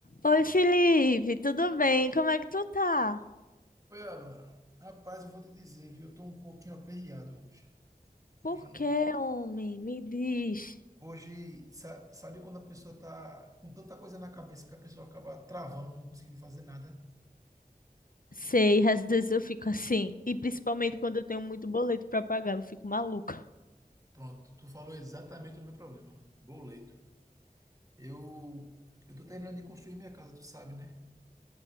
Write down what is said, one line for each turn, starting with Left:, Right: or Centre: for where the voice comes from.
Left: Oi, Felipe, tudo bem? Como é que tu tá?
Right: Oi, Abla. Rapaz, eu vou te dizer, viu? Eu tô um pouquinho aperreado hoje.
Left: Por
Right: Hoje, eu não-
Left: que, homem? Me diz.
Right: hoje, sa- sabe quando a pessoa tá com tanta coisa na cabeça que a pessoa acaba travando, não conseguindo fazer nada?
Left: Sei, às vezes eu fico assim, e principalmente quando eu tenho muito boleto pra pagar, eu fico maluca.
Right: Pronto, tu falou exatamente o meu problema. Boleto. Eu, eu tô terminando de construir minha casa, tu sabe, né?